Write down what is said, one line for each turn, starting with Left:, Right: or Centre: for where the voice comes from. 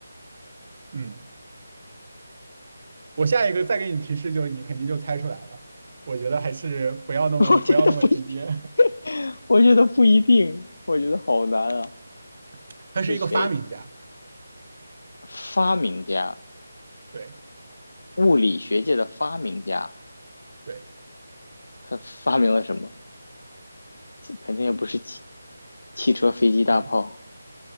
Right: 嗯，我下一个再给你提示就，你肯定就猜出来了。我觉得还是不要那么不要那么直接。
Left: <laughs> 我觉得不一定，<laughs> 我觉得不一定，我觉得好难啊。
Right: <laughs> 他是一个发明家，
Left: 是谁？发明家，
Right: 对
Left: 物理学界的发明家，
Right: 对，
Left: 他发明了什么？汽肯定也不是汽汽车、飞机、大炮，
Right: 嗯，